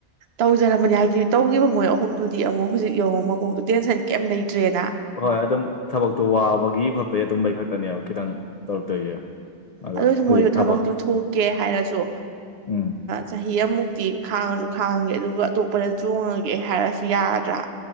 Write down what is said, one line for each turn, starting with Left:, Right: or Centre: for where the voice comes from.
Right: ꯇꯧꯖꯔꯝꯕꯗꯤ ꯍꯥꯏ ꯍꯥꯏꯗꯤ ꯇꯧꯈꯤꯕ ꯃꯣꯏ ꯑꯍꯨꯝꯗꯨꯗꯤ ꯑꯃꯨꯛ ꯍꯧꯖꯤꯛ ꯌꯡꯉ ꯃꯀꯣꯛꯇꯣ ꯇꯦꯟꯁꯟ ꯀꯩꯝ ꯂꯩꯇ꯭ꯔꯦꯅ
Left: ꯍꯣꯏ ꯑꯗꯨꯝ ꯊꯕꯛꯇꯣ ꯋꯥꯕꯒꯤ ꯈꯣꯠꯄꯒꯤ ꯑꯗꯨꯝꯝꯕꯩ ꯈꯛꯇꯅꯦꯕ ꯈꯤꯇꯪ ꯇꯧꯔꯛꯇꯣꯏꯁꯦ ꯑꯗꯣ
Right: ꯑꯗꯨꯁꯨ
Left: ꯍꯧꯖꯤꯛ
Right: ꯃꯣꯏꯁꯨ
Left: ꯊꯕꯛ
Right: ꯊꯕꯛꯇꯨ ꯊꯣꯛꯀꯦ ꯍꯥꯏꯔꯁꯨ
Left: ꯎꯝ
Right: ꯆꯍꯤ ꯑꯃꯃꯨꯛꯇꯤ ꯈꯥꯡꯉ ꯁꯨ ꯈꯥꯡꯉꯒꯦ ꯑꯗꯨꯒ ꯑꯇꯣꯞꯄꯗ ꯆꯣꯡꯉꯒꯦ ꯍꯥꯏꯔꯁꯨ ꯌꯥꯗ꯭ꯔꯥ